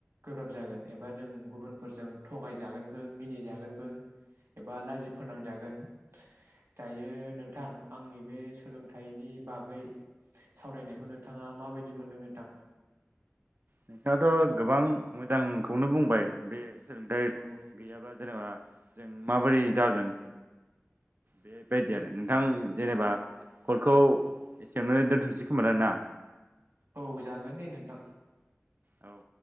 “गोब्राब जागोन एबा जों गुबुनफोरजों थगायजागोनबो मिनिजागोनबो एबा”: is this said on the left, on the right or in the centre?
Right